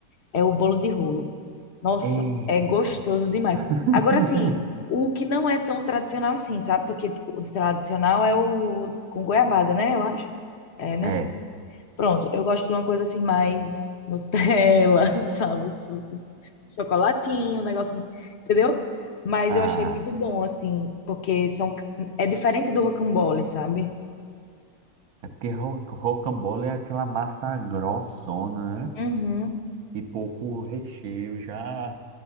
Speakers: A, on the left; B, on the right.
A: é o bolo de rolo. Nossa,
B: Ei,
A: é gostoso demais.
B: <laughs>
A: Agora, assim, o que não é tão tradicional assim, sabe? Porque, tipo, o de tradicional é o com goiabada, né? Eu acho. É, né?
B: é,
A: Pronto, eu gosto de uma coisa assim, mais Nutella, <laughs> sabe? Tipo assim, Chocolatinho, um negocinho, entendeu? Mas
B: ah,
A: eu achei muito bom, assim, porque são, é diferente do rocambole, sabe?
B: é porque ro- rocambole é aquela massa grossona, né?
A: Uhum.
B: E pouco recheio, já